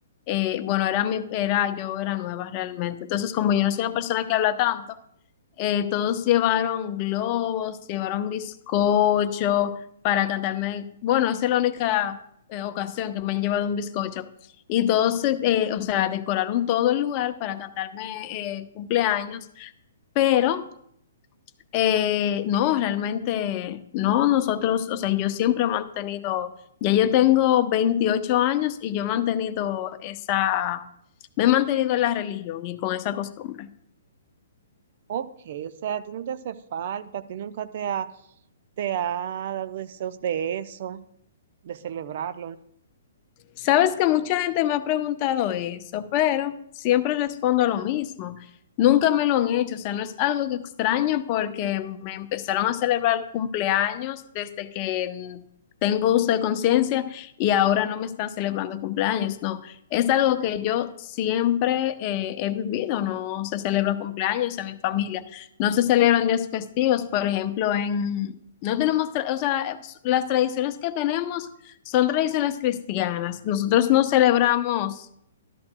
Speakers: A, on the left (about 35°); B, on the right (about 50°).
A: eh, bueno, era mi, era, yo era nueva realmente. Entonces, como yo no soy una persona que habla tanto, eh, todos llevaron globos, llevaron bizcocho para cantarme. Bueno, esa es la única eh, ocasión que me han llevado un bizcocho. Y todos, eh, o sea, decoraron todo el lugar para cantarme eh, cumpleaños, pero eh, no, realmente no, nosotros, o sea, yo siempre he mantenido, ya yo tengo 28 años y yo he mantenido esa, me he mantenido en la religión y con esa costumbre.
B: Ok, o sea, a ti no te hace falta, a ti nunca te ha, te ha dado deseos de eso, de celebrarlo. ¿no?
A: Sabes que mucha gente me ha preguntado eso, pero siempre respondo lo mismo. Nunca me lo han hecho, o sea, no es algo que extraño porque me empezaron a celebrar cumpleaños desde que mm, tengo uso de conciencia y ahora no me están celebrando cumpleaños, no. Es algo que yo siempre eh, he vivido, no se celebra cumpleaños en mi familia, no se celebran días festivos, por ejemplo, en... No tenemos, tra- o sea, las tradiciones que tenemos. Son tradiciones cristianas. Nosotros no celebramos